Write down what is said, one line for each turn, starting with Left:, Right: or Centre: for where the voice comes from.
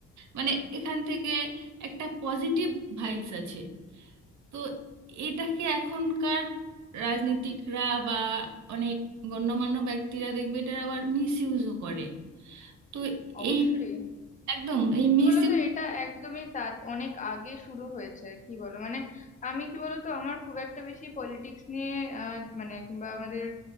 Right: মানে এখান থেকে একটা পজিটিভ ভাইবস আছে তো এটাকে এখনকার রাজনীতিকরা বা অনেক গণ্যমান্য ব্যক্তিরা দেখবে এটা আবার মিস ইউজও করে তো
Left: অবশ্যই
Right: এই একদম এই
Left: কি
Right: মিস
Left: বলতো এটা একদমই তা অনেক আগে শুরু হয়েছে কি বলো মানে আমি কি বলতো আমার খুব একটা বেশি পলিটিক্স নিয়ে আহ, মানে কিংবা আমাদের